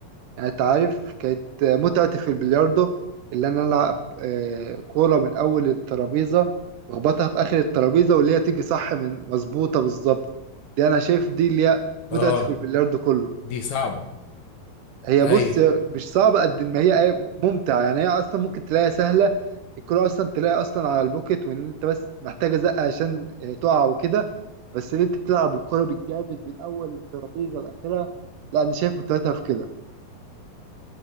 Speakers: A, on the right; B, on the left.
A: يعني انت عارف كانت متعتي في البلياردو اللي انا العب آه، كوره من اول الترابيزه واخبطها في اخر الترابيزه واللي هي تيجي صح من مظبوطه بالظبط دي انا شايف دي اللي هي متعتي
B: اه
A: في البلياردو كله
B: دي صعبة
A: هي
B: اي
A: بص مش صعبه قد ما هي ايه ممتعه يعني هي اصلا ممكن تلاقيها سهله الكوره اصلا تلاقيها اصلا على البوكت وان انت بس محتاجه زقه عشان آه، تقع وكده بس ان انت تلعب الكوره بالجامد من اول الترابيزه لاخرها لا انا شايف متعتها في كده